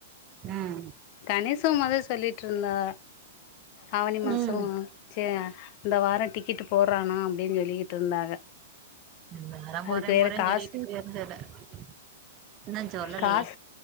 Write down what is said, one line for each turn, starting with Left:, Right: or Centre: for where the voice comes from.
Right: ம்
Left: கணேஷு அம்மாதா சொல்லிட்ருந்தா ஆவணி மாசோ
Right: ம்
Left: சே இந்த வார டிக்கெட்டு போட்றானா அப்டின் சொல்லிக்கிட் இருந்தாக
Right: <unintelligible>
Left: அதுக்கு
Right: போறேன்
Left: வேற
Right: போறேன்
Left: காசு
Right: சொல்லிட்டு <unintelligible> இன்னு சொல்லலயே
Left: காஸ்